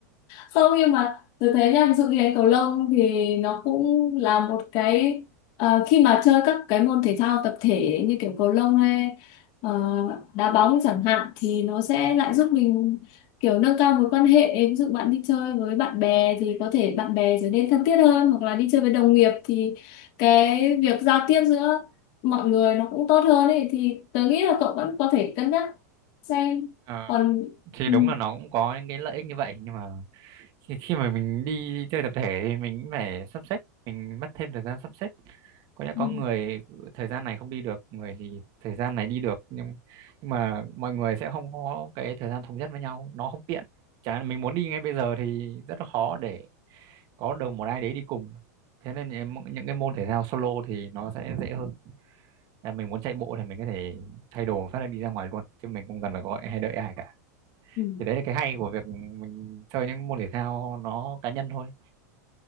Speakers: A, on the left (about 45°); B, on the right (about 45°).
A: không nhưng mà tôi thấy nha ví dụ như đánh cầu lông thì nó cũng là một cái ờ, khi mà chơi các cái môn thể thao tập thể như kiểu cầu lông hay ờ, đá bóng chẳng hạn thì nó sẽ lại giúp mình kiểu nâng cao mối quan hệ ví dụ bạn đi chơi với bạn bè thì có thể bạn bè trở nên thân thiết hơn hoặc là đi chơi với đồng nghiệp thì cái việc giao tiếp giữa mọi người nó cũng tốt hơn ấy thì tớ nghĩ là cậu vẫn có thể cân nhắc xem
B: Ờ,
A: còn
B: thì
A: ừ.
B: đúng là nó cũng có những cái lợi ích như vậy nhưng mà khi khi mà mình đi chơi tập thể thì mình cũng phải sắp xếp mình mất thêm thời gian sắp xếp có lẽ
A: Ừ.
B: có người thời gian này không đi được người thì thời gian này đi được nhưng nhưng mà mọi người sẽ không có cái thời gian thống nhất với nhau nó không tiện chả mình muốn đi ngay bây giờ thì rất là khó để có được một ai đấy đi cùng thế nên những, những cái môn thể thao solo thì nó sẽ dễ hơn là mình muốn chạy bộ thì mình có thể thay đồ phát là đi ra ngoài luôn chứ mình không cần phải gọi hay đợi ai cả
A: Ừ.
B: thì đấy là cái hay của việc mình chơi những môn thể thao nó cá nhân thôi